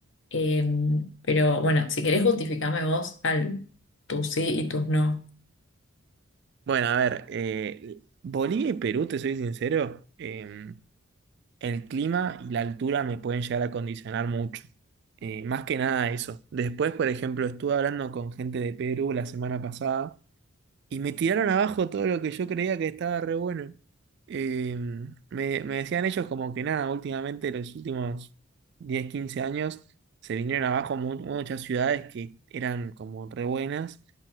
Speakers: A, on the left; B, on the right.
A: Eh, pero bueno, si querés justificame vos al tus sí y tus no.
B: Bueno, a ver, eh, Bolivia y Perú, te soy sincero, eh, El clima y la altura me pueden llegar a condicionar mucho. Eh, más que nada eso. Después, por ejemplo, estuve hablando con gente de Perú la semana pasada y me tiraron abajo todo lo que yo creía que estaba re bueno. Eh, me, me decían ellos como que nada, últimamente los últimos 10, 15 años se vinieron abajo mu- muchas ciudades que eran como re buenas.